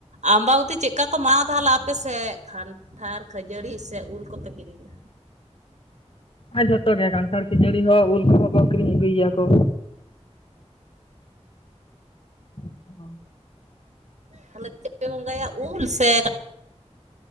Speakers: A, on the right; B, on the left.
A: ᱟᱢᱵᱟᱵᱚᱛᱤ ᱪᱮᱫᱠᱟ ᱠᱚ ᱢᱟᱱᱟᱣ ᱛᱟᱦᱚᱞᱮ ᱟᱯᱮ ᱥᱮᱫ? ᱠᱷᱟᱱ ᱛᱷᱟᱨ ᱠᱷᱟᱹᱡᱟᱹᱲᱤ ᱥᱮ ᱩᱞ ᱠᱚᱯᱮ ᱠᱤᱨᱤᱧᱟ?
B: ᱦᱚᱸ ᱡᱷᱚᱛᱚ ᱜᱮ ᱠᱟᱱᱴᱷᱟᱲ ᱠᱷᱟᱹᱡᱟᱹᱲᱤ ᱦᱚᱸ ᱩᱞ ᱠᱚᱦᱚᱸ ᱠᱚ ᱠᱤᱨᱤᱧ ᱟᱹᱜᱩᱭ ᱜᱮᱭᱟ ᱠᱚ᱾ ᱚ
A: ᱛᱟᱞᱦᱮ ᱪᱮᱫ ᱯᱮ ᱵᱚᱸᱜᱟᱭᱟ ᱩᱞ ᱥᱮ?